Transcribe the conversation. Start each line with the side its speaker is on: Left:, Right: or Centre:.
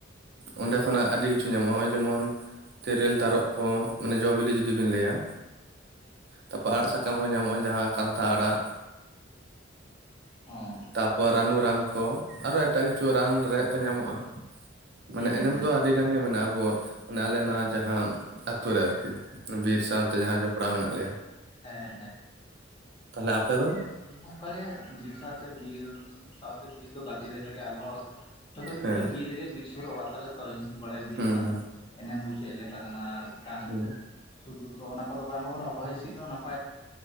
Right: ᱚᱸᱰᱮ ᱠᱷᱚᱱᱟᱜ ᱟᱹᱰᱤ ᱠᱤᱪᱷᱩ ᱧᱟᱢᱚᱜ-ᱟ ᱱᱚᱜᱼᱚᱭ ᱡᱮᱢᱚᱱ ᱛᱮᱨᱮᱞ
Left: ᱦᱮᱸ
Right: ᱛᱟᱨᱚᱵ ᱠᱚ ᱢᱟᱱᱮ ᱡᱚ -ᱵᱤᱞᱤ ᱡᱩᱫᱤ ᱵᱤᱱ ᱞᱟᱹᱭᱟ ᱛᱟᱨ ᱯᱚᱨ ᱟᱲᱟᱜ ᱥᱟᱠᱟᱢ ᱦᱚᱸ ᱧᱟᱢᱚᱜᱼᱟ ᱡᱟᱦᱟᱸ ᱠᱟᱱᱛᱷᱟ ᱟᱲᱟᱜ।
Left: ᱚ
Right: ᱛᱟᱨ ᱯᱚᱨ ᱨᱟᱱᱩ ᱨᱟᱱ ᱠᱚ ᱟᱨᱦᱚᱸ ᱮᱴᱟᱜ ᱠᱤᱪᱷᱩ ᱨᱟᱱ ᱨᱮᱦᱮᱫ ᱠᱚ ᱧᱟᱢᱚᱜᱼᱟ, ᱢᱟᱱᱮ
Left: ᱦᱩᱸ
Right: ᱮᱱᱮᱢ
Left: ᱦᱩᱸ
Right: ᱫᱚ ᱟᱹᱰᱤ ᱟᱹᱰᱤ ᱜᱟᱱ ᱜᱮ ᱢᱮᱱᱟᱜᱼᱟ ᱟᱵᱚ ᱢᱟᱱᱮ ᱟᱞᱮ ᱱᱚᱣᱟ ᱡᱟᱦᱟᱸ ᱟᱛᱳ ᱨᱮ ᱟᱨᱠᱤ। ᱵᱤᱨ ᱥᱟᱶᱛᱮ ᱡᱟᱸᱦᱟ ᱡᱚᱯᱚᱲᱟᱣ ᱢᱮᱱᱟᱜ ᱞᱮᱭᱟ
Left: ᱦᱮᱸ
Right: ᱛᱟᱦᱚᱞᱮ ᱟᱯᱮ ᱫᱚ?
Left: ᱤᱧ ᱦᱚᱸ ᱚᱝᱠᱟᱜᱮ ᱵᱤᱨ ᱥᱟᱶᱛᱮ ᱵᱤᱨ ᱥᱟᱶᱛᱮ ᱵᱤᱨ ᱫᱚ ᱜᱟᱛᱮ ᱞᱮᱠᱟᱜᱮ ᱟᱞᱦᱚᱸ ᱡᱚᱛᱚ ᱠᱤᱪᱷᱩ
Right: ᱦᱮᱸ
Left: ᱵᱤᱨ ᱨᱮᱜᱮ ᱵᱤᱨ ᱥᱩᱨ ᱚᱲᱟᱜ ᱛᱟᱞᱮ ᱛᱚ ᱤᱧ ᱵᱟᱲᱟᱭᱟ ᱵᱤᱨ
Right: ᱦᱩᱸ
Left: ᱨᱮᱱᱟᱜ
Right: ᱦᱩᱸ
Left: ᱮᱱᱮᱢ ᱫᱚ ᱪᱮ ᱞᱮᱠᱟ ᱠᱟᱱᱟ ᱢᱤᱜᱴᱟᱝ
Right: <inaudible>
Left: ᱥᱩᱫᱩ ᱛᱚ ᱚᱱᱟ ᱠᱚᱫᱚ ᱵᱟᱭ ᱮᱢᱟ ᱵᱚᱱᱟ ᱦᱚᱭ ᱦᱤᱥᱤᱫ ᱱᱟᱯ